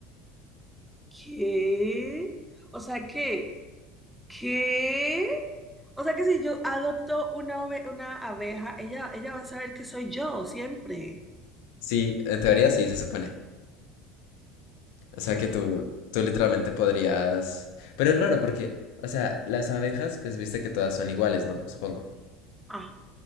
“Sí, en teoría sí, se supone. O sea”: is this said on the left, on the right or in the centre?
Left